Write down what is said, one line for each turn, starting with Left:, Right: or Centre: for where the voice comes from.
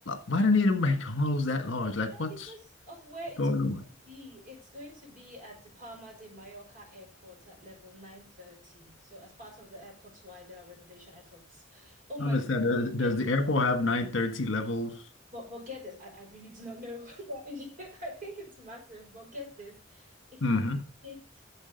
Left: Why do they need a McDonald's that large? Like
Right: Yeah,
Left: what's
Right: because of where it's
Left: going
Right: going
Left: on?
Right: to be, it's going to be at the Palma de Mallorca Airport at level 930. So as part of the airport's wider renovation efforts. Oh my
Left: I understand.
Right: goodness,
Left: Uh, Does
Right: get this.
Left: the airport have 930 levels?
Right: But but get this, I, I really do not know. <laughs> But yeah, I think it's massive, but get this. It
Left: hmm
Right: can sit